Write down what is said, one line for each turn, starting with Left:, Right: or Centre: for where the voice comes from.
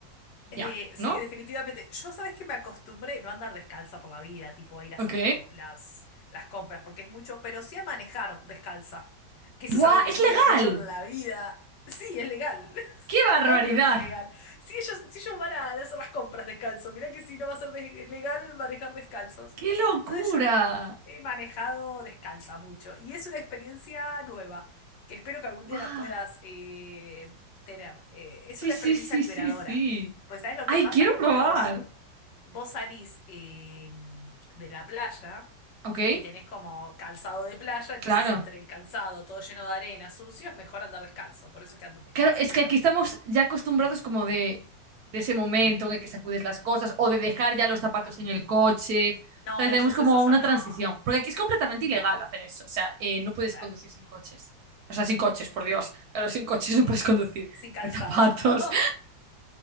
Right: y
Left: eh,
Right: ya,
Left: sí,
Right: ¿no?
Left: definitivamente. Yo sabes que me acostumbré no a andar descalza por la vida, tipo a ir a
Right: Ok.
Left: hacer las, co- las, las compras, porque es mucho, pero sí a manejar descalza, que eso
Right: ¡Buah!
Left: es algo que
Right: ¡Es
Left: nunca
Right: legal!
Left: había hecho en la vida. Sí, es legal.
Right: ¡Qué barbaridad!
Left: Obvio que es legal. Si ellos, si ellos van a hacer las compras descalzos, mirá que si no va a ser de- legal manejar descalzos.
Right: ¡Qué locura!
Left: Entonces yo he he manejado descalza mucho y es una experiencia nueva que espero que algún día
Right: ¡Buah!
Left: la puedas eh, tener. Eh, es
Right: Sí,
Left: una
Right: sí,
Left: experiencia
Right: sí,
Left: liberadora.
Right: sí, sí.
Left: Pues sabes lo
Right: ¡Ay,
Left: que pasa
Right: quiero
Left: es como
Right: probar!
Left: que vos, vos salís eh, de la playa
Right: Ok,
Left: y tenés como calzado de playa, entonces
Right: claro.
Left: entre el calzado todo lleno de arena, sucio, es mejor andar descalzo. Por eso es que andan descalzos
Right: Claro, es que
Left: y manejan
Right: aquí estamos
Left: todo.
Right: ya acostumbrados como de, de ese momento en el que sacudes las cosas o de dejar ya los zapatos
Left: Ah,
Right: en el coche.
Left: No,
Right: O sea, que tenemos
Left: ellos
Right: como
Left: eso ya
Right: una
Left: no,
Right: transición. Porque aquí es completamente ilegal
Left: no,
Right: hacer eso. O sea, eh, no puedes
Left: claro,
Right: conducir sin coches. O sea, sin coches, por
Left: eh,
Right: Dios. Claro, sin coches
Left: eh,
Right: no puedes conducir.
Left: sin calzado.
Right: Sin zapatos.
Left: <laughs>